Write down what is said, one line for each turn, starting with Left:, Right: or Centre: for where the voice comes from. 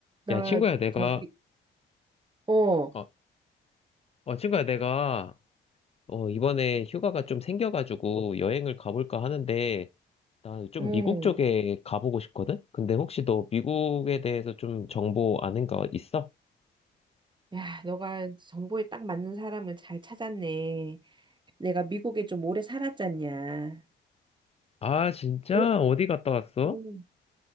Right: 나
Left: 야, 친구야, 내가,
Right: 저기 어,
Left: 어, 어, 친구야, 내가, 어, 이번에 휴가가 좀 생겨가지고 여행을 가볼까 하는데, 나 좀
Right: 응.
Left: 미국 쪽에 가보고 싶거든? 근데 혹시 너 미국에 대해서 좀 정보 아는 거 있어?
Right: 야, 너가 정보에 딱 맞는 사람을 잘 찾았네. 내가 미국에 좀 오래 살았잖냐.
Left: 아, 진짜?
Right: 어?
Left: 어디 갔다 왔어?
Right: 음.